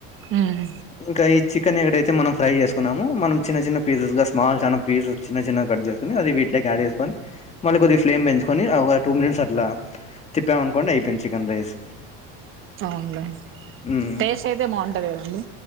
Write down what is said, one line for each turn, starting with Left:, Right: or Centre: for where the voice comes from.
Right: మ్మ్
Left: ఇంకా ఈ చికెన్ ఎక్కడైతే మనం ఫ్రై చేసుకున్నాము మనం చిన్న చిన్న పీసెస్ గా స్మాల్ చాన పీసెస్ చిన్న చిన్నగా కట్ చేసుకుని అది వీటిలోకి యాడ్ చేసుకొని మళ్ళ కొద్దిగా ఫ్లేమ్ పెంచుకొని ఒక టూ మినిట్స్ అట్లా తిప్పాము అనుకోండి అయిపోయింది చికెన్ రైస్
Right: అవునులే
Left: మ్మ్
Right: టేస్ట్ అయితే బాగుంటాది కదండి